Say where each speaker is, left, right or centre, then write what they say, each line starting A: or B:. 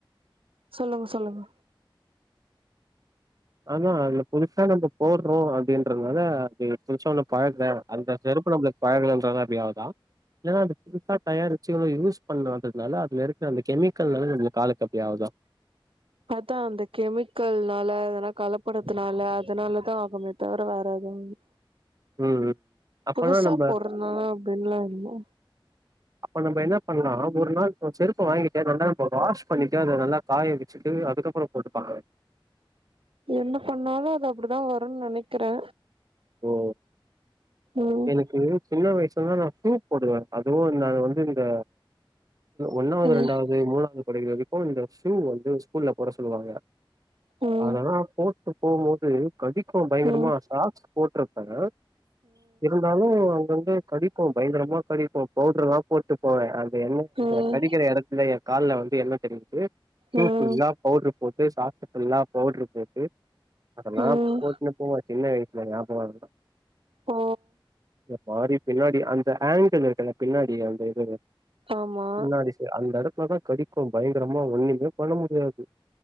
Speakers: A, on the right; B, on the right.
A: சொல்லுங்க சொல்லுங்க
B: அதா அதுல புதுசா நம்ம போடுறோ அப்படின்றதுனால அது புதுசா ஒன்னு பழகல அந்த செருப்பு நம்மளுக்கு பழகுலன்றத அப்டி ஆவுதா இல்லனா அந்த புதுசா தயாரிச்சு யூஸ் பண்ணாததுனால அதுல இருக்கிற அந்த கெமிக்கல்னால நம்ளுக்கு காலுக்கு அப்டிய ஆகுதா
A: அதா அந்த கெமிக்கல்னால அதல்லா கலப்படத்துனால அதனாலதா ஆவுமே தவிர வேற ஏதும் இல்ல
B: ம் ம் அப்பனா
A: புதுசா
B: நம்ப
A: போடுறதுனால அப்டின்னுலா இல்ல
B: அப்ப நம்ம என்ன பண்லா ஒரு நாள் செருப்பு வாங்கிட்டு ரெண்டாவதா நம்ம வாஷ் பண்ணிட்டு அத நல்லா காய வச்சுட்டு அதுக்கப்பறோ போட்டுப்பாங்க
A: என்ன பண்ணாலு அது அப்டிதா வருன்னு நெனைக்கிறே
B: ஓ
A: ம்
B: எனக்கு சின்ன வயசுல நா ஷூ போடுவே அதுவு நா வந்து இந்த ஒன்னாவது
A: ம்
B: ரெண்டாவது மூணாவது படிக்கிற வரைக்கு இந்த ஷூ வந்து ஸ்கூல்ல போட சொல்லுவாங்க
A: ம்
B: அதெல்லா போட்டு போகு போது கடிக்கு பயங்கரமா
A: ம்
B: சாக்ஸ் போட்டிருப்பே இருந்தாலு அங்க அங்க கடிக்கு பயங்கரமா கடிக்கு பவுடரு லா போட்டு போவே அந்த எண்ண்
A: ம்
B: அ கடிக்கிற
A: ம்
B: எடத்துல எ கால்ல வந்து எண்ணெ தடவிட்டு ஷூ
A: ம்
B: ஃபுல்லா பவுடரு போட்டு சாக்ஸ் புல்லா பவுடரு போட்டு அதலா
A: ம்
B: போட்டுன்னு போவோ சின்ன வயசுல ஞாபகோ இரு
A: ஓ
B: இந்த மாரி பின்னாடி அந்த ஆங்கிள் இருக்குல்ல பின்னாடி அந்த இது
A: ஆமா
B: பின்னாடி அந்த எடத்துலதா கடிக்கு பயங்கரமா ஒண்ணுமே பண்ண முடியாது